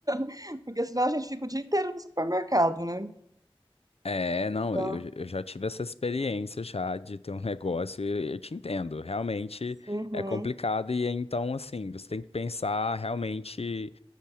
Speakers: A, on the right; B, on the left.
A: <laughs> porque senão a gente fica o dia inteiro no supermercado, né?
B: É, não,
A: Então,
B: eu, eu já tive essa experiência já de ter um <laughs> negócio e eu te entendo. Realmente
A: uhum,
B: é complicado e então, assim, você tem que pensar realmente,